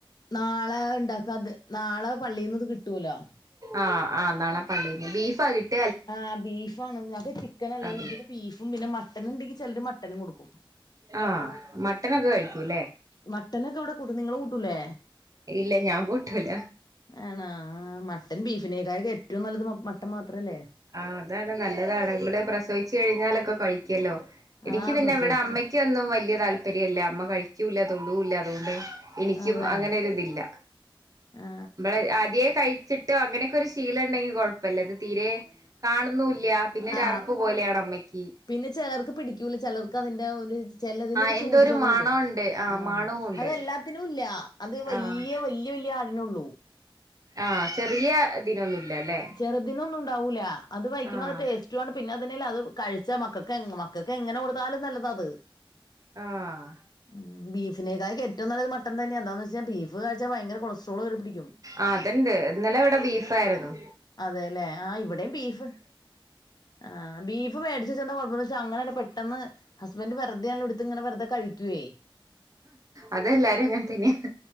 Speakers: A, on the left; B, on the right.
A: നാളെ ഇണ്ടാക്ക അത് നാളെ പള്ളീന്നത് കിട്ടുല
B: ആഹ് ആഹ് നാളെ പള്ളിന്ന് ബീഫാ കിട്ട
A: ആഹ് ബീഫാണ് ചിക്കൻ അല്ലേ
B: അതെ
A: ഇതിന് ബീഫും പിന്നെ മട്ടനിണ്ടെങ്കി ചെലര് മട്ടനും കൊടുക്കും
B: ആഹ് മട്ടനൊക്കെ കഴിക്കൂല്ലേ
A: മട്ടനൊക്കെവിടെ കൂട്ടും നിങ്ങള് കൂട്ടൂലേ
B: ഇല്ല ഞാൻ കൂട്ടൂല
A: ആണോ മട്ടൻ ബീഫിനേക്കായൊക്കെ ഏറ്റവും നല്ലത് മട്ടൻ മാത്രല്ലേ
B: ആഹ് അതാണ് നല്ലതാണ് ഇമ്മള് പ്രസവിച്ചു കഴിഞ്ഞാലൊക്കെ കഴിക്കല്ലോ എനിക്ക്
A: ആ
B: പിന്നെ
A: പ്രസവിച്ച്
B: ഇവിടെ അമ്മയ് ക്കൊന്നും വല്യ താല്പര്യല്ല അമ്മ കഴിക്കൂല്ല തൊടൂല്ല അതുകൊണ്ട് എനിക്കും
A: അതെ
B: അങ്ങനെ ഒരു ഇതില്ല
A: ആ
B: ഇമ്പള് ആദ്യേ കയ് ചിട്ടും അങ്ങനൊക്കൊരു ശീലംണ്ടെങ്കി കൊഴപ്പല്ല ഇത് തീരെ കാണുന്നുല്ല്യ പിന്നെ ഒരു
A: ആ
B: അറപ്പ് പോലെയാണമ്മക്ക്
A: പിന്നെ ചെലർക്ക് പിടിക്കൂല ചെലർക്ക് അതിന്റെ ഒരു ചെലതിനൊരു
B: ആഹ്
A: ചൂര്
B: എന്തോ ഒരു
A: ചൊവ
B: മണം
A: വരും
B: ഉണ്ട്
A: ആഹ്
B: മണവും ഉണ്ട്
A: അതെല്ലാ ത്തിനുല്ല അത് വല്ല്യ
B: ആഹ്
A: വല്ല്യ വല്ല്യ ആടിനുള്ളൂ
B: ആഹ് ചെറിയ ഇതിനൊന്നുല്ല്യല്ലേ
A: ചെറുതിനൊന്നും ഉണ്ടാവൂല അത് വയ്ക്കുമ്പോ
B: ആഹ്
A: അത് ടേസ് റ്റുവാണ് പിന്നെ അതന്നേല്ല അത് കഴിച്ച മക്കക്ക് എങ്ങ് മക്കക്ക് എങ്ങനെ കൊടുത്താലും നല്ലതാ അത്
B: ആഹ്
A: ഉം ബീഫിനേക്കാ ഏറ്റവും നല്ലത് മട്ടൻ തന്നെയാ എന്താന്ന് വച്ചാ ബീഫ് കഴിച്ച ഭയങ്കര കൊളസ്ട്രോള് കേറിപ്പിടിക്കും
B: ആഹ് അത്ണ്ട് ഇന്നലെ ഇവടെ ബീഫാരുന്നു
A: അതേല്ലേ ആഹ് ഇവിടെയും ബീഫ് ആഹ് ബീഫ് മേടിച്ചെച്ച എന്താ കൊഴപ്പന്നെച്ചാ അങ്ങനണ്ട് പെട്ടെന്ന് ഹസ്ബന്റ് വെറുതെയാണെലും എടുത്തിങ്ങനെ വെറുതെ കഴിക്കുവേ
B: അതെല്ലാരും അങ്ങനതന്നെയാ